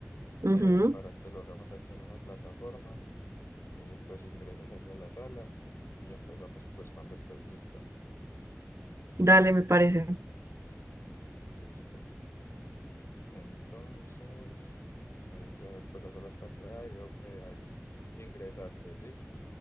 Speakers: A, on the right; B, on the left.
A: Ujú.
B: eh, para que lo hagamos aquí en una plataforma y pues ingresas ahí a la sala y empezamos pues cuando estés lista.
A: Dale, me parece.
B: Listo. Entonces, ahí ya pues la sala está creada y veo que ahí ingresaste, ¿sí?